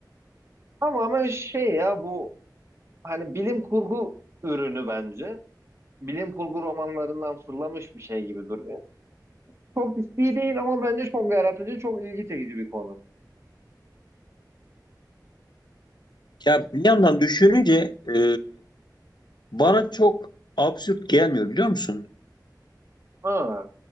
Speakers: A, on the right; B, on the left.
A: Tamamen şey ya bu hani bilim kurgu ürünü bence. Bilim kurgu romanlarından fırlamış bir şey gibi duruyor. Çok ciddi değil ama bence çok yaratıcı, çok ilgi çekici bir konu.
B: Ya bir yandan düşününce e, bana çok absürt gelmiyor biliyor musun?
A: Ha,